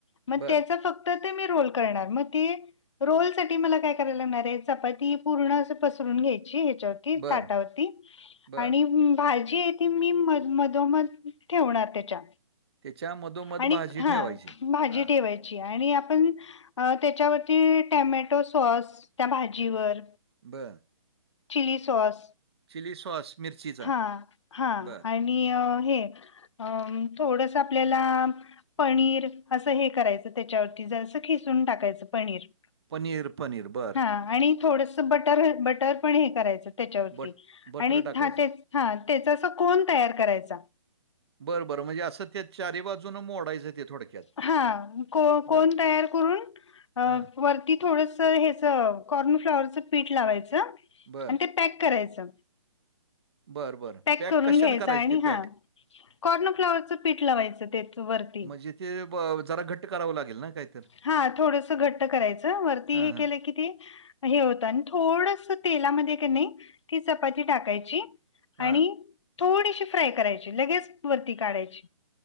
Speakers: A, on the left; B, on the right.
A: मग
B: बरं,
A: त्याचा फक्त तर ते मी रोल करणार मग ती रोल साठी मला काय करायला लागणार आहे चपाती पूर्ण असं पसरून घ्यायची ह्याच्यावर
B: बरं,
A: ताटावरती
B: बरं.
A: आणि भाजी आहे ती मी मन में त्या मग ठेवणार त्याच्या
B: त्याच्या मधोमध
A: आणि
B: भाजी
A: हा
B: ठेवायची.
A: भाजी
B: हां.
A: ठेवाय आणि आपण त्याच्यावरती टॅमॅटो सॉस त्या भाजीवर
B: बर.
A: Chilli sauce
B: chilli sauce? मिरचीचा.
A: हा हा
B: बरं.
A: आणि हे अ थोडस आपल्याला पनीर असं हे करायचं त्याच्यावरती जरासं खिसून टाकायचं पनीर.
B: पनीर, पनीर. बरं.
A: हा आणि थोडस बटर बटर पण हे करायचं त्याच्यावरती
B: बट बटर
A: आणि
B: टाकायचं.
A: हा तेच, हा तेच अस कोण तयार करायचा.
B: बरं बरं म्हणजे असं ते चारी बाजूनं मोडायचं ते थोडक्यात.
A: हा को कोण
B: बरं.
A: तयार करून
B: हां.
A: वरती थोडस हेच कॉर्न फ्लॉवरचं पीठ लावायचं
B: बरं.
A: आणि ते पॅक करायचं.
B: बरं, बरं.
A: पॅक करून
B: कशानं
A: घ्यायच
B: करायचं
A: आणि
B: ते
A: हां.
B: पॅक?
A: कॉर्नफ्लॉवरच पीठ लावायचं त्या वरती.
B: म्हणजे ते जरा घट्ट करावं लागेल ना काहीतर?
A: हा थोडस घट्ट करायचं वरती हे
B: हां.
A: केलं की ते हे होतं आणि थोडस तेलामध्ये का नाही ती चपाती टाकायची
B: हां.
A: आणि थोडीशी फ्राय करायची लगेच वरती काढायची.